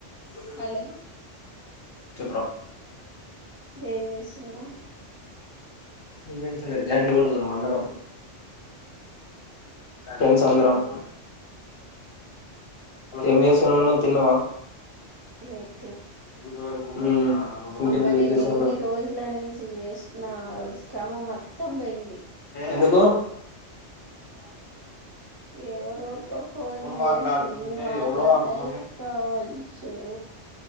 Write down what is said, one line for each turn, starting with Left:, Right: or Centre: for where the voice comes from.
Left: <unintelligible>
Right: Hello
Left: చెప్పు రా
Right: ఏం చేస్తున్నావ్?
Left: ఏమీజెస్తలే జాయిట్ కొడతన్నాం అందరం, ఫ్రెండ్స్ అందరం. ఏం చేస్తున్నవు నువ్వు తిన్నావా?
Right: లేద్
Left: హ్ ఇంకేంటి
Right: అబ్బా నేను
Left: విశేషాలు
Right: ఎన్ని రోజుల నుంచి చేసిన శ్రమ మొత్తం పోయింది
Left: ఎందు కు
Right: ఎవరివరకో ఫోన్ చేసి
Left: మాట్లాడుతుంటే
Right: మాట్లాడతే
Left: ఎవడో అనుకోని
Right: ఒక్క ఇష్యు.